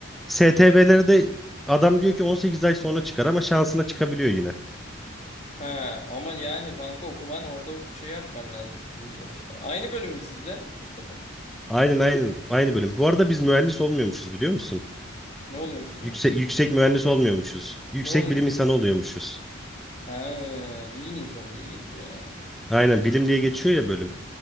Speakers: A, in the centre; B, on the left (about 30°).
A: STV'leri de adam diyor ki 18 ay sonra çıkar ama şansına çıkabiliyor yine.
B: Ha ama yani kanka okuman orada bir şey yapman lazım sonuçta. Aynı bölüm mü sizle Mustafa?
A: Aynen aynen. Aynı bölüm. Bu arada biz mühendis olmuyormuşuz biliyor musun?
B: Ne oluyor musunuz
A: Yüksek, yüksek mühendis olmuyormuşuz. Yüksek
B: Ne oluyor?
A: bilim insanı oluyormuşuz.
B: Ha bilim insanı diye geçiyor yani.
A: Aynen bilim diye geçiyor ya bölüm.